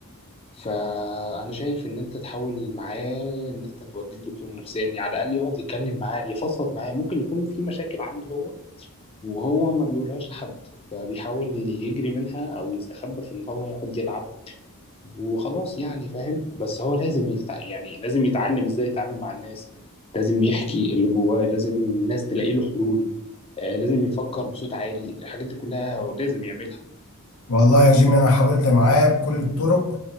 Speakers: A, on the left; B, on the left.
A: فانا شايف ان انت تحاول معاه ان انت توديه لدكتور نفساني يعني على الاقل يقعد يتكلم معاه يفضفض معاه ممكن يكون في مشاكل عنده هو وهو ما بيقولهاش لحد فبيحاول يجري منها او يستخبى في ان هو يقعد يلعب وخلاص يعني فاهم بس هو لازم يتع... يعني لازم يتعلم ازاي يتعامل مع الناس لازم يحكي اللي جواه لازم الناس تلاقي له حلول آه لازم يفكر بصوت عالي الحاجات دي كلها هو لازم يعملها
B: والله يا جيمي انا حاولت معاه بكل الطرق